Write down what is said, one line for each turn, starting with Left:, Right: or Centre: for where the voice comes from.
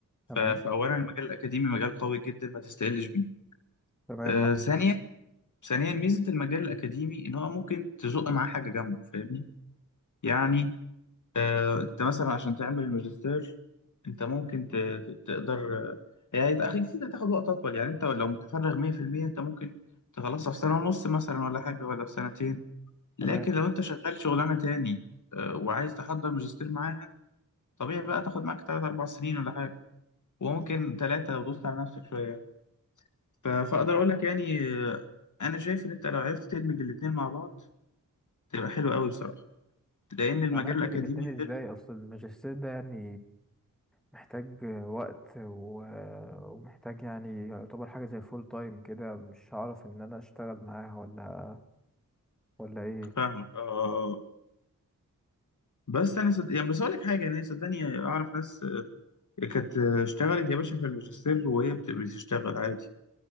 Centre: تمام
Left: ف- فأولا المجال الأكاديمي مجال قوي جدا ما تستقلش بيه
Centre: تمام
Left: آه ثانيا ثانيا ميزة المجال الأكاديمي إن هو ممكن تزق معاه حاجة جنبه فاهمني يعني آه أنت مثلا عشان تعمل ماجستير أنت ممكن ت- ت- تقدر آه، يعني يبقى أخي كتير هتاخد وقت أطول يعني أنت لو متفرغ 100% أنت ممكن تخلصها في سنة ونص مثلا ولا حاجة ولا في سنتين لكن
Centre: تمام
Left: لو انت شغال شغلانه تاني آه، وعايز تحضر ماجستير معاها طبيعي بقى تاخد معاك تلات اربع سنين ولا حاجه وممكن تلاتة لو دوست على نفسك شويه ف- فاقدر اقول لك يعني آه، انا شايف ان انت لو عرفت تدمج الاتنين مع بعض تبقى حلو قوي بصراحه لان المجال
Centre: هندمج
Left: الاكاديمي
Centre: الاتنين إزاي
Left: حلو
Centre: أصل الماجستير ده يعني محتاج وقت و- ومحتاج يعني يعتبر حاجة زي فول تايم كده مش هعرف إن أنا أشتغل معاها ولا ولا إيه
Left: فاهمك اه آه، آه. بس انا صد... يعني بس اقول لك حاجه يعني صدقني اعرف ناس آه، كانت آه، اشتغلت يا باشا في الماجستير وهي بت- بتشتغل عادي